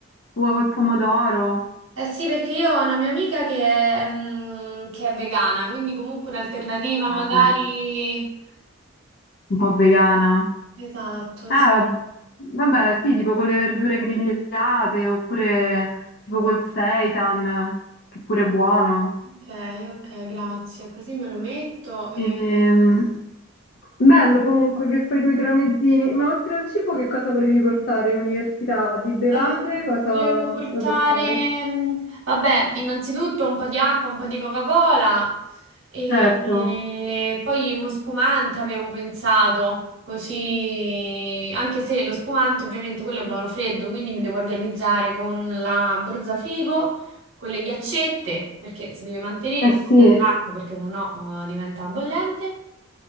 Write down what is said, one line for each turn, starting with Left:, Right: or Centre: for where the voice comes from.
Left: uovo e pomodoro,
Right: Eh sì, perché io ho una mia amica che è, mm, che è vegana, quindi comunque un'alternativa
Left: va
Right: magari...
Left: bene, un po' vegana.
Right: Esatto,
Left: Ah,
Right: sì.
Left: vabbè, sì, tipo con le verdure grigliate oppure tipo col seitan, che pure è buono.
Right: Ok, ok, grazie. Così me lo metto e...
Left: Ehm, Bello comunque che fai tu i tramezzini, ma oltre al cibo che cosa volevi portare in università? Di bevande
Right: Eh,
Left: cosa
Right: volevo portare,
Left: vuoi portare?
Right: mm, vabbè, innanzitutto un po' di acqua, un po' di Coca-Cola e,
Left: Certo,
Right: e poi uno spumante avevo pensato, così, anche se lo spumante ovviamente quello è buono freddo, quindi mi devo organizzare con la borsa frigo, con le ghiaccette, perché si deve mantenere
Left: eh sì,
Right: come l'acqua, perché sennò eh, diventa bollente.